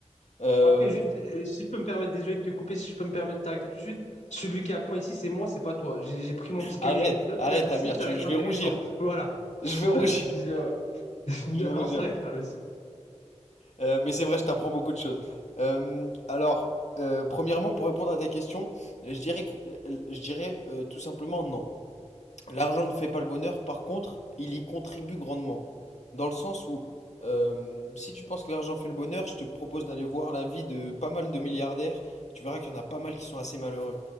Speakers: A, on the left; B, on the left.
A: Euh,
B: Après, juste, euh, si je peux me permettre, désolé de te couper, si je peux me permettre de t'arrêter tout de suite, celui qui apprend ici, c'est moi, c'est pas toi. J'ai j'ai pris mon petit cahier
A: Arrête,
B: avec des notes,
A: arrête,
B: là, je sais
A: Amir,
B: que ça
A: tu-
B: va être
A: je
B: intéressant.
A: vais rougir.
B: Voilà.
A: Je
B: <laughs>
A: vais rougir.
B: Vas-y,
A: <laughs>
B: euh, <laughs>
A: Je vais rougir.
B: On s'arrête là, vas-y.
A: Euh, mais c'est vrai, je t'apprends beaucoup de choses. Euh, alors, euh, premièrement, pour répondre à ta question, je dirais que, je dirais euh, tout simplement non. L'argent ne fait pas le bonheur, par contre, il y contribue grandement. Dans le sens où, euh, si tu penses que l'argent fait le bonheur, je te propose d'aller voir la vie de pas mal de milliardaires. Tu verras qu'il y en a pas mal qui sont assez malheureux.